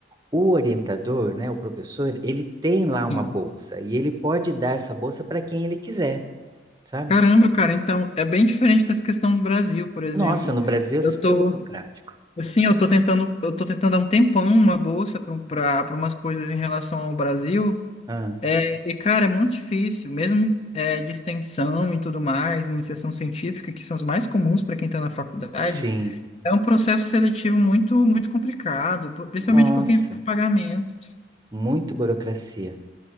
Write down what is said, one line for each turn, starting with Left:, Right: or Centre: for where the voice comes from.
Right: o orientador, né, o professor, ele tem lá uma
Left: Sim.
Right: bolsa e ele pode dar essa bolsa para quem ele quiser, sabe?
Left: Caramba, cara, então é bem diferente dessa questão do Brasil, por exemplo.
Right: Nossa, no Brasil é
Left: Eu
Right: super
Left: tô,
Right: burocrático.
Left: assim, eu tô tentando, eu tô tentando há um tempão uma bolsa para para umas coisas em relação ao Brasil.
Right: Ah,
Left: É, e, cara, é muito difícil, mesmo é, de extensão e tudo mais, iniciação científica, que são os mais comuns para quem está na faculdade,
Right: sim.
Left: é um processo seletivo muito, muito complicado, por- principalmente
Right: Nossa.
Left: por quem tem pagamentos.
Right: Muito burocracia.